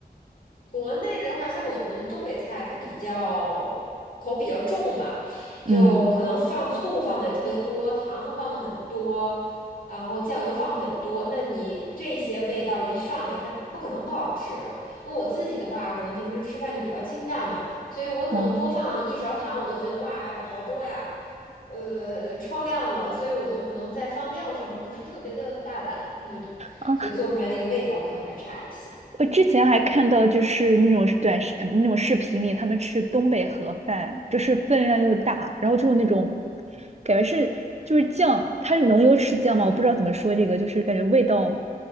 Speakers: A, on the left; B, on the right.
A: 国内的话，像我们东北菜，它比较口比较重嘛，
B: 嗯
A: 就可能放醋放的也特别多，糖放的很多，然后酱油放很多。那你这些味道一上来，它不可能不好吃。那我自己的话，可能平时吃饭就比较清淡嘛，所以我可能多放一勺糖，
B: 哦。
A: 我都觉得哇，好多呀，呃，超量了。所以我就可能在放料上不是特别的大胆，嗯，
B: 哦啊
A: 所以做出来那个味道可能还差一些。
B: 我之前还看到就是那种短视呃那种视频里，他们吃东北盒饭，就是分量又大，然后就是那种感觉是就是酱，它是浓油赤酱嘛，我不知道怎么说这个，就是感觉味道